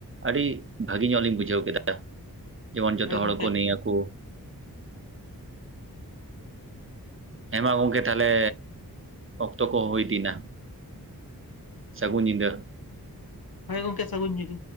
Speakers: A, on the right; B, on the left.
A: ᱟᱹᱰᱤ ᱵᱷᱟᱹᱜᱮ ᱧᱚᱜ ᱞᱤᱧ ᱵᱩᱡᱷᱟᱹᱣ ᱠᱮᱫᱟ᱾ ᱡᱮᱢᱚᱱ ᱡᱚᱛᱚ
B: ᱦᱳᱭ ᱜᱚᱝᱠᱮ
A: ᱦᱚᱲ ᱠᱚ
B: ᱮᱠᱫᱚᱢ
A: ᱱᱮᱭᱟᱠᱚ ᱦᱮᱸ ᱢᱟ ᱜᱚᱢᱠᱮ ᱛᱟᱦᱚᱞᱮ ᱚᱠᱛᱚ ᱠᱚ ᱦᱩᱭᱤᱫᱱᱟ᱾ ᱥᱟᱹᱜᱩᱱ ᱧᱤᱫᱟᱹ ᱾
B: ᱦᱳᱭ ᱜᱚᱢᱠᱮ ᱥᱟᱹᱜᱩᱱ ᱧᱤᱫᱟᱹ᱾